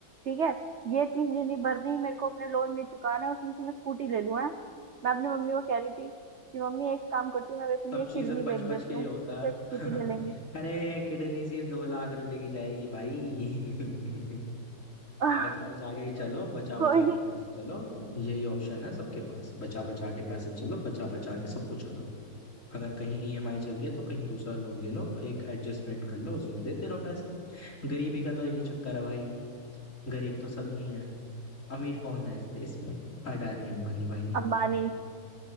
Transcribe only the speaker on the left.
सब
चीजें
बच
बच
के
ये होता
है <laughs>
अरे किडनी सिर्फ दो लाख रुपए की जाएगी भाई <laughs>
बचा बचा के ही चलो बचा
बचा
के पैसे चलो यही ऑप्शन है सबके पास बचा बचा के पैसे चलो बचा बचा के सब कुछ करो अगर कहीं ईएमआई चल रही है तो कहीं दूसरा लोन ले लो एक एडजस्टमेंट कर लो उसमें देते रहो पैसे गरीबी का तो यही चक्कर है भाई गरीब तो सब ही है अमीर कौन है इस देश में अडानी अंबानी भाई